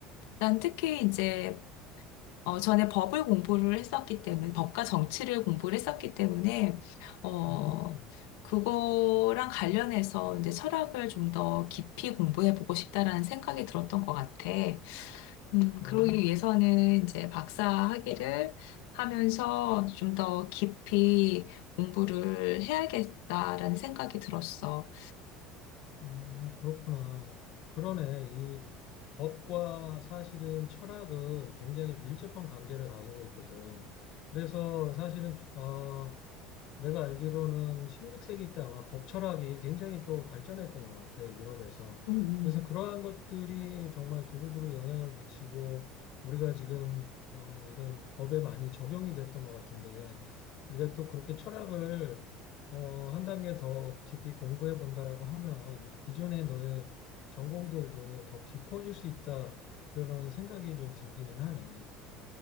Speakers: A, on the left (about 85°); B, on the left (about 60°).
A: 난 특히 이제 어, 전에 법을 공부를 했었기 때문에, 법과 정치를 공부를 했었기 때문에, 어,
B: 음.
A: 그거랑 관련해서 이제 철학을 좀 더 깊이 공부해 보고 싶다라는 생각이 들었던 것 같아. 음,
B: 아.
A: 그러기 위해서는 이제 박사 학위를 하면서 좀 더 깊이 공부를 해야겠다라는 생각이 들었어.
B: 아, 그렇구나. 그러네. 이 법과 사실은 철학은 굉장히 밀접한 관계를 가지고 있거든. 그래서 사실은, 어, 내가 알기로는 16세기 때 아마 법철학이 굉장히 또 발전했던 것 같아, 유럽에서.
A: 음,
B: 그래서 그러한 것들이 정말 두루두루 영향을 미치고 우리가 지금 어, 이런 법에 많이 적용이 됐던 것 같은데, 네가 또 그렇게 철학을 어, 한 단계 더 깊이 공부해 본다라고 하면 기존의 너의 전공들도 더 깊어질 수 있다, 그러는 생각이 좀 들기는 하네.